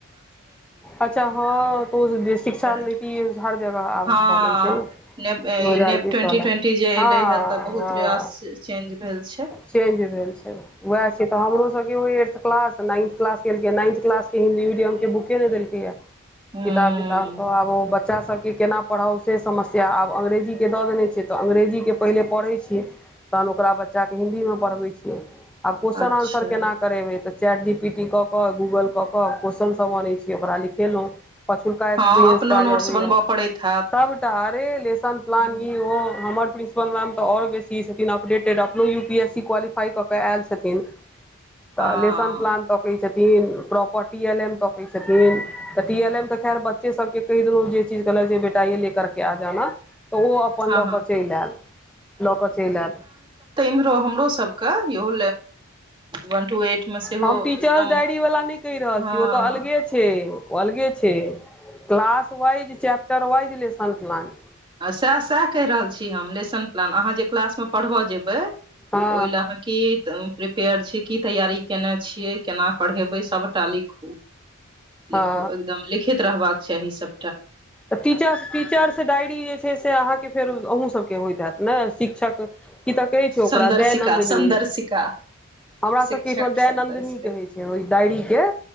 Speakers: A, in the centre; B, on the right.
A: अच्छा हँ तो जे शिक्षा
B: तऽ
A: नीति हर जगह आब
B: हँ
A: भ गेल छै ने दू हजार
B: ई नेप
A: बीस
B: ट्वेंटी
A: वला
B: ट्वेंटी
A: में
B: जे
A: हँ
B: एले हे तऽ बहुत
A: हँ
B: रास चेंज भेल छैय
A: चेंज भेल छै उहे छै तऽ हमरो सबके किओ एत्थ क्लास नाइन्थ क्लस केलकै नाइन्थ क्लास के हिन्दी मीडियम के बुके नहि देलकैए
B: ह
A: किताब तिताब आब ओ बच् बच्चा सबके केना पढ़ाउ से समस्या आब अंग्रेजीके दऽ देने छै तऽ अङ्ंग्रेजीके पहिले पढ़ै छियै तहन ओकरा बच्चाके हिन्दीमे पढ़बैत छियै आब क्वेेश्चन
B: अच्छा
A: आन्सर केना करेबै त चैट डी पी टी कऽ कऽ गूगल कऽ कऽ क्वेशचन सब अनै छिय ओकरा लिखेलहुँ पछुलका एक्सपीरियंस
B: हँ अपनो
A: काज
B: नोट्स
A: अबै
B: बनबऽ
A: या
B: पड़ैत हैत
A: सब त हरे लेसन प्लान
B: हूँ
A: ई हो हमर प्रिंसिपल मैम तऽ ओर बेसी छथिन अपडेटेड अपन U P S C qualify क क आयल छथिन त
B: हँ
A: लन प्लान छथिन प्रॉपर्टी एल एन क कै छथिन तऽ टी एल ए मे त खैर बच्चे सबके कहि देलहुँ जे चीज कहलक जे बेटा ये ले करके आ जाना तऽ ओ अपन
B: हँ
A: लऽ
B: हँ
A: कऽ चलि आयल लऽ कऽ चलि एल
B: मरो हमरो सब के इहो वन टू एट मे सेहो
A: हम टीचर्स
B: एकदम
A: डायरी वला नै कहि रहल
B: हँ
A: छी ओ तऽ अलगे छै ओ अलगे छय class wise chapter wise lesson plan
B: सएह सएह कहि रहल छी हम लेसन प्लान आहाँ जे क्लासमे पढ़बय जेबै त
A: हँ
B: ओहि ले आहाँ की प्रिपेयर छी की तैयारी केने छियै केना पढ़ेबै सबटा लिख
A: हँ
B: लिखू एकदम लिखित रहबाक चाही सब
A: तऽ टी टीचर्स डायरी जे छै से अहाँके फेर अहू सबके होइत हत न शिक्षक की तऽ कहै छौ ओकरा
B: संदर्शिका
A: दयानन्दनी
B: संदर्शिका
A: हमरा
B: शिक्षक
A: सभके एहिठमा दयानन्दिन
B: संदर्शिका
A: कहै छै ओहि डायरीके